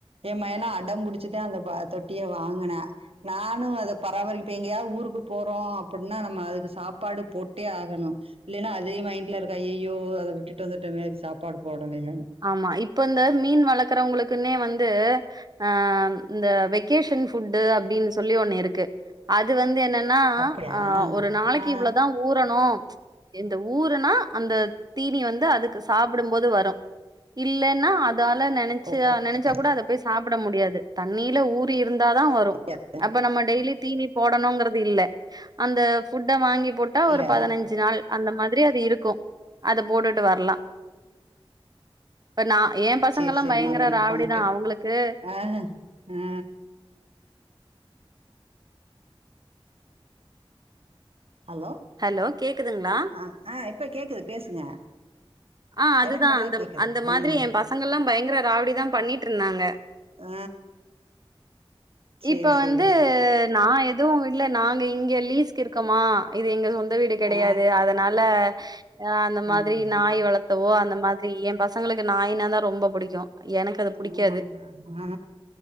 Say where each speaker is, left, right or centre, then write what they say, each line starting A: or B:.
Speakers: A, on the right; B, on the right.
A: ஏ மயெல்லா அடம் புடிச்சுதா அந்த ப தொட்டிய வாங்கினா நானு அத பராமரிப்பே எங்கேயாவது ஊருக்கு போறோ அப்பின்னா நம்ம அதுக்கு சாப்பாடு போட்டே ஆகணு இல்லைனா அதே மைண்ட்ல இருக்கா ஐயயோ அத விட்டுட்டு வந்துட்டமே அதுக் சாப்பாடு போடலயே
B: ஆமா இப்ப இந்த மீன் வளக்கறவுங்களுக்குன்னே வந்து அ ம் இந்த வெக்கேஷன் ஃபுட்டு அப்டின்னு சொல்லி ஒண்ணு இருக்கு அது வந்து என்னன்னா
A: அப்டியா
B: ஆ ஒரு நாளைக்கு
A: ஆ
B: இவ்வளதா ஊறணு இந்த ஊறனா அந்த தீனி வந்து அதுக்கு சாப்பிடுபோது வரு இல்லன்னா அதால நெனைச்சு
A: ஓ ஓ,
B: நெனைச்சா
A: சரி,
B: கூட அத போய் சாப்ட முடியாது தண்ணில ஊறி இருந்தாதா வரு
A: அது
B: அப்ப நம்ம டெய்லி தீனி போடணுங்கிறது இல்ல அந்த ஃபுட்ட வாங்கி போட்டா
A: இல்ல
B: ஒரு பதினஞ்சு நாள் அந்த மாதிரி அது இருக்கு அத போட்டுட்டு வரலா இப்ப நா எ பசங்கலா
A: சேரி சேரி
B: பயங்கர
A: மறுபடிக்கு
B: ராவடிதா
A: போக
B: அவுங்களுக்கு
A: ஆ ஹ ஆ ஹலோ
B: ஹலோ கேக்குதுங்களா
A: ஆ ஆ இப்ப கேக்குது பேசுங்க
B: ஆ அதுதா
A: எனக்கு நல்லா
B: அந்த
A: கேக்குது
B: அந்த மாதிரி
A: ம்
B: எ பசங்கள ல்லா பயங்கர ராவடி தா பண்ணிட்டு ருந்தாங்க
A: ஆ சேரி
B: இப்ப
A: சேரி
B: வந்து நா எதுவு இல்ல நாங்க இங்க லீஸ்க் இருக்கோமா இது எங்க சொந்த வீடு கெடையாது
A: ஆ
B: அதனால அ அந்த
A: நாங்களா
B: மாதிரி நாய் வளத் தவோ அந்த மாதிரி எ பசங்களுக்கு நாயின தா ரொம்ப பிடிக்கு எனக்கு அது புடிக்காது
A: ஆமாங்க அ